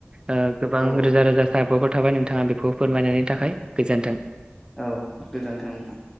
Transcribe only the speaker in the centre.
औ
औ गोजोन्थों नोंथां।